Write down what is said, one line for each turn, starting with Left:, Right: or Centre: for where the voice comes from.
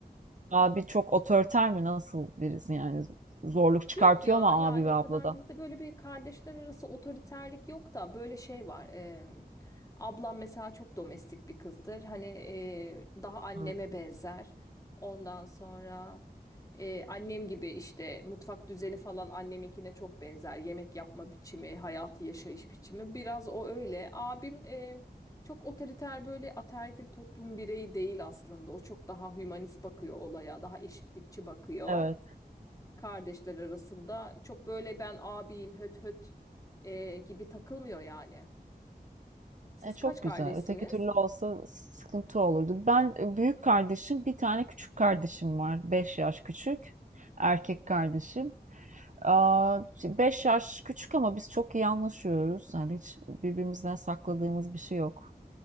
Right: Abi çok otoriter mi? Nasıl birisi yani? Zorluk çıkartıyor
Left: Yok ya
Right: mu
Left: yani
Right: abi ve
Left: o
Right: ablada?
Left: kadar bizde böyle bir kardeşler arası otoriterlik yok da böyle şey var. em, ablam mesela çok domestik bir kızdır. Hani e, daha anneme
Right: Hmm.
Left: benzer. Ondan sonra e, annem gibi işte mutfak düzeni falan anneminkine çok benzer. Yemek yapma biçimi, hayatı yaşayış biçimi biraz o öyle. Abim e, çok otoriter böyle ataerkil toplum bireyi değil aslında. O çok daha hümanist bakıyor olaya, daha eşitlikçi bakıyor
Right: Evet.
Left: kardeşler arasında çok böyle ben abiyim höt höt e, gibi takılmıyor yani. Siz
Right: E, çok
Left: kaç kardeşsiniz?
Right: güzel. Öteki türlü olsa sıkıntı olurdu. Ben e, büyük kardeşim, bir tane küçük kardeşim var. 5 yaş küçük. Erkek kardeşim. Aa, 5 yaş küçük ama biz çok iyi anlaşıyoruz. Yani hiç birbirimizden sakladığımız bir şey yok.